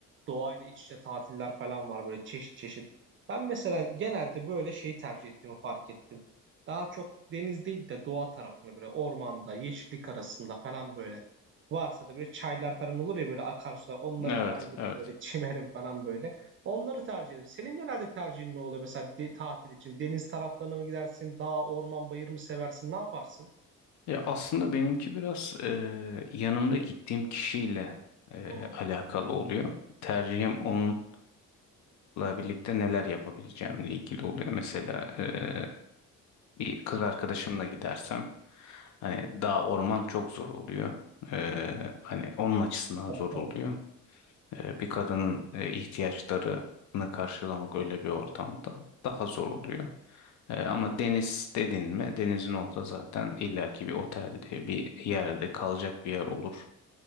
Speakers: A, on the right; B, on the left.
A: doğayla iç içe tatiller falan var böyle çeşit çeşit. Ben mesela genelde böyle şeyi tercih ettiğimi fark ettim. Daha çok deniz değil de doğa tarafını böyle ormanda, yeşillik arasında falan böyle. Varsa da böyle çaylar falan olur ya böyle akarsular onlara
B: Evet,
A: falan gidip
B: evet.
A: böyle çimerim falan böyle. Onları tercih ederim. Senin genelde tercihin ne oluyor mesela de- tatil için? Deniz taraflarına mı gidersin? Dağ, orman, bayır mı seversin? Ne yaparsın?
B: Ya aslında benimki biraz eee, yanımda gittiğim kişiyle eee,
A: Hmm.
B: alakalı oluyor. Tercihim onunla birlikte neler yapabileceğimle ilgili oluyor. Mesela eee, bir kız arkadaşımla gidersem hani dağ orman çok zor oluyor. Eee, hani onun açısından
A: Tabii
B: zor
A: tabii.
B: oluyor. Eee, bir kadının e, ihtiyaçlarını karşılamak öyle bir ortamda daha zor oluyor. E, ama deniz dedin mi denizin orada zaten illaki bir otelde bir yerde kalacak bir yer olur.